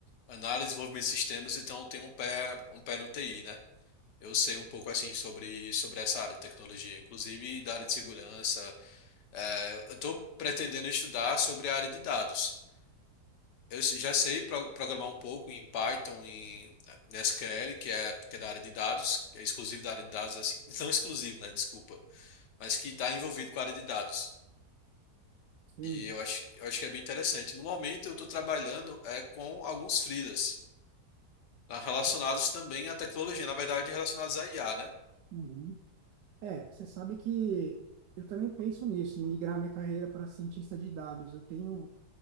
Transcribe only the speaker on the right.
Sim.
Uhum. É, você sabe que eu também penso nisso, em migrar minha carreira para cientista de dados. Eu tenho